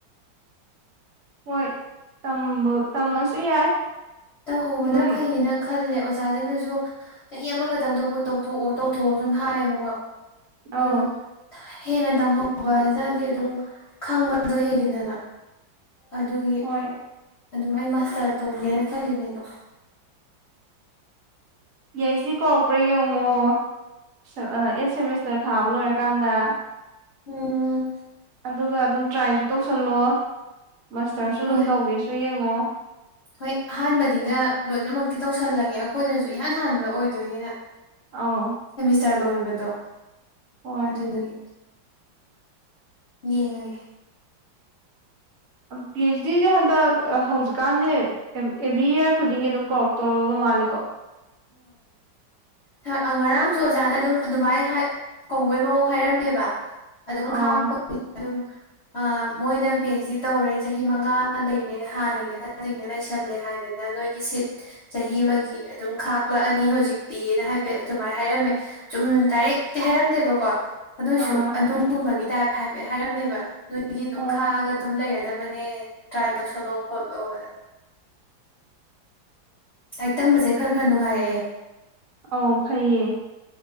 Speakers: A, on the right; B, on the left.
A: ꯍꯣꯏ ꯇꯝꯕ ꯇꯝꯃꯁꯨ ꯌꯥꯏ
B: ꯇꯧꯍꯧꯕꯅ
A: ꯑꯗꯨꯝ
B: ꯐꯩꯌꯦꯅ ꯈ ꯈꯜꯂꯦ ꯑꯣꯖꯥꯖꯤꯡꯅꯁꯨ ꯆꯍꯤ ꯑꯃꯈꯛꯇꯪꯗꯨꯕꯨ ꯇꯧꯊꯣꯛꯑꯣ ꯇꯧꯊꯣꯛꯑꯣ ꯁꯨꯝ ꯍꯥꯏꯌꯦꯕꯀꯣ ꯑꯗꯨ
A: ꯑꯧ
B: ꯍꯦꯟꯅ ꯇꯝꯍꯧꯕꯖꯅꯗꯤ ꯑꯗꯨꯝ ꯈꯪꯕꯗꯣ ꯍꯦꯜꯂꯤꯗꯅ ꯑꯗꯨꯒꯤ
A: ꯍꯣꯏ
B: ꯑꯗꯨꯝ ꯑꯩ ꯃꯥꯁꯇꯔ ꯇꯧꯒꯦꯅ ꯈꯜꯂꯤꯅꯦꯗꯣ
A: ꯄꯤ ꯑꯩꯁ ꯗꯤ ꯀꯣꯔꯛꯄ꯭ꯔꯥ ꯌꯦꯡꯉꯣ ꯁꯠ ꯑ ꯑꯦꯠ ꯁꯦꯃꯤꯁꯇꯔ ꯊꯥꯕ ꯂꯣꯏꯔꯀꯥꯟꯗ
B: ꯎꯝ
A: ꯑꯗꯨꯒ ꯑꯗꯨꯝ ꯇ꯭ꯔꯥꯏꯁꯨ ꯇꯧꯁꯜꯂꯣ ꯃꯁꯇꯔꯁꯨ
B: ꯍꯣꯏ
A: ꯑꯗꯨꯝ ꯇꯧꯒꯦꯁꯨ ꯌꯦꯡꯉꯣ
B: ꯍꯣꯏ ꯑꯍꯥꯟꯕꯅꯤꯅ ꯂꯣꯏꯅꯃꯛꯇꯤ ꯇꯧꯁꯜꯂꯒꯦ ꯑꯩꯈꯣꯏꯅꯁꯨ ꯏꯍꯥꯟ ꯍꯥꯟꯕ ꯑꯣꯏꯗꯣꯏꯅꯤꯅ
A: ꯑꯧ
B: <unintelligible> ꯂꯣꯏꯕꯗꯣ
A: ꯍꯣꯏ
B: ꯑꯗꯨꯗꯨꯒꯤ ꯌꯦꯉꯒꯦ
A: ꯄꯤ ꯑꯩꯁ ꯗꯤꯖꯦ ꯍꯟꯗꯛ ꯍꯧꯖꯤꯛꯀꯥꯟꯅꯦ ꯑꯦ ꯑꯦꯚ꯭ꯔꯤ ꯌꯥꯔ ꯈꯨꯗꯤꯡꯒꯤ ꯑꯗꯨꯝ ꯀꯧꯔꯛꯇꯧꯕ ꯃꯥꯂꯤꯀꯣ
B: ꯁ ꯑ ꯉꯔꯥꯡꯁꯨ ꯑꯣꯖꯥꯅ ꯑꯗꯨꯝ ꯑꯗꯨꯃꯥꯏ ꯍꯥꯏ ꯀꯧꯕꯩ ꯃꯑꯣꯡ ꯍꯥꯏꯔꯝꯃꯦꯕ ꯑꯗꯨꯝ
A: ꯑꯥ
B: ꯈꯥꯛꯄꯒꯤ ꯑꯗꯨꯝ ꯑꯥ ꯃꯣꯏꯅ ꯄꯤ ꯑꯩꯩꯁ ꯗꯤ ꯇꯧꯔꯦ ꯆꯍꯤ ꯃꯉꯥ ꯂꯩꯔꯦ ꯍꯥꯟꯅꯒꯤ ꯑꯍꯟꯖꯤꯡ ꯂꯩꯁꯜꯂꯦ ꯍꯥꯏ ꯑꯗꯨꯅ ꯅꯣꯏꯒꯤ ꯁꯤꯠ ꯆꯍꯤ ꯑꯃꯒꯤ ꯑꯗꯨꯝ ꯈꯥꯛꯂꯛꯑꯅꯤ ꯍꯧꯖꯤꯛꯇꯤ ꯍꯥꯏꯐꯦꯠ ꯑꯗꯨꯃꯥꯏꯅ ꯍꯥꯏꯔꯝꯃꯦ ꯆꯨꯝ ꯗꯥꯏꯔꯦꯛꯇꯤ ꯍꯥꯏꯔꯝꯗꯦꯕꯀꯣ ꯑꯗꯨꯏꯁꯨ
A: ꯑꯥ
B: ꯑꯗꯨꯒꯨꯝꯕꯒꯤ ꯇꯥꯢꯞ ꯍꯥꯏꯐꯦꯠ ꯍꯥꯏꯔꯝꯃꯦꯕ ꯅꯣꯏꯒꯤ ꯑꯗꯨꯝ
A: ꯑꯣ
B: ꯈꯥꯛꯑꯒ ꯑꯗꯨꯝ ꯂꯩꯔꯦ ꯗꯕꯅꯦ ꯇ꯭ꯔꯥꯏ ꯇꯧꯁꯜꯂꯣ ꯈꯣꯠꯂꯣꯅ ꯂꯥꯏꯛ ꯇꯝꯕꯖꯦ ꯈꯔ ꯈꯔ ꯅꯨꯡꯉꯥꯏꯔꯛꯑꯦ
A: ꯑꯧ ꯐꯩꯌꯦ